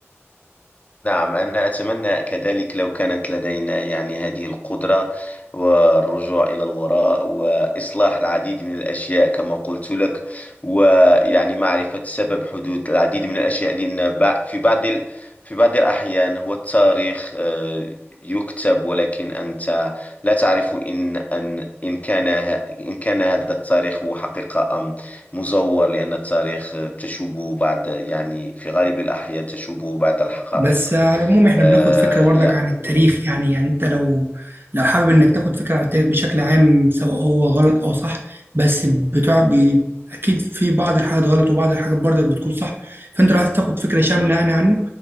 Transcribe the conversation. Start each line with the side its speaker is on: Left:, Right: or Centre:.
Left: نعم أنا أتمنى كذلك لو كانت لدينا يعني هذه القدرة والرجوع إلى الوراء وإصلاح العديد من الأشياء كما قلت لك ويعني معرفة سبب حدوث العديد من الأشياء لأن بع- في بعض ال... في بعض الأحيان هو التاريخ آه، يكتب ولكن أنت لا تعرف إن أن إن كان ه- إن كان هذا التاريخ هو حقيقة أم مزور لأن التاريخ آه، تشوبه بعد يعني في غالب الأحيان تشوبه بعد الحقائق
Right: بس على العموم احنا
Left: آه
Right: بناخد فكرة برضك
Left: يعني
Right: عن التاريخ يعني يعني انت لو لو حابب انك تاخد فكرة عن التاريخ بشكل عام سواء هو غلط او صح بس بتاع بي اكيد في بعض الحاجات غلط وبعض الحاجات برضك بتكون صح فانت لو عايز تاخد فكرة شاملة
Left: نعم
Right: يعني عنه